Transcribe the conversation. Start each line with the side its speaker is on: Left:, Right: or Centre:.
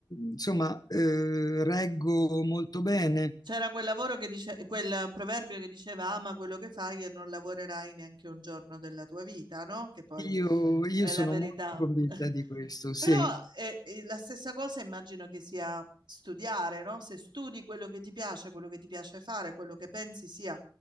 Left: insomma eh, reggo molto bene.
Right: C'era quel lavoro che dice, quel proverbio che diceva ama quello che fai e non lavorerai neanche un giorno della tua vita, no? Che poi
Left: Io, io
Right: è
Left: sono
Right: la verità.
Left: molto convinta
Right: <laughs>
Left: di questo, sì.
Right: Però è, è la stessa cosa immagino che sia studiare, no? Se studi quello che ti piace, quello che ti piace fare, quello che pensi sia